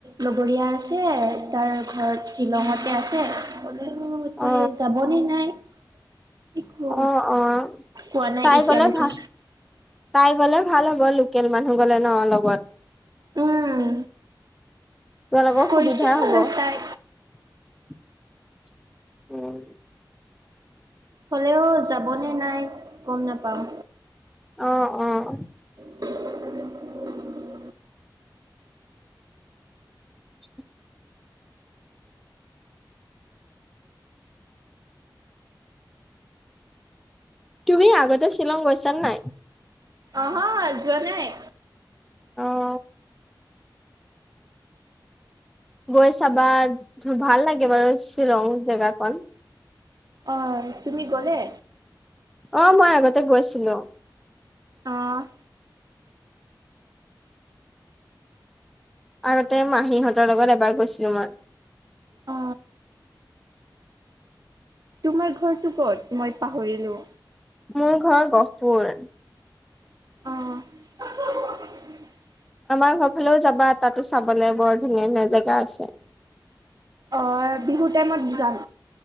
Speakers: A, on the right; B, in the centre.
A: লগৰীয়া আছে তাৰ ঘৰ শ্বিলং মতে আছে হ'লেও তাই
B: অ
A: যাবনে নাই। একো
B: অ', অ',
A: কোৱা নাই
B: তাই
A: এতিয়ালৈকে
B: গ'লে ভ তাই গ'লে ভাল হ'ব লোকেল মানুহ গ'লে ন লগত।
A: উম।
B: তোমালোকৰ
A: কৰিছিলো
B: সুবিধা হ'ব। উম।
A: তাই হ'লেও যাবনে নাই গম নাপাওঁ।
B: অ', অ'।
A: <inaudible>
B: <inaudible> তুমি আগতে শ্বিলং গৈছানে নাই?
A: অহ যোৱা নাই।
B: অ'। গৈ চাবা ভাল লাগে বাৰু শ্বিলং জেগাকন।
A: অ', তুমি গ'লে?
B: অ', মই আগতে গৈছিলো।
A: অ'।
B: আগতে মাহীহঁতৰ লগত এবাৰ গৈছিলো মই।
A: অ তোমাৰ ঘৰটো ক'ত মই পাহৰিলোঁ?
B: মোৰ ঘৰ গহপুৰ।
A: অ'।
B: আমাৰ ঘৰ ফালেও যাবা, তাতো চাবলে বৰ ধুনীয়া ধুনীয়া জেগা আছে।
A: অহ' বিহু টাইমত যাম।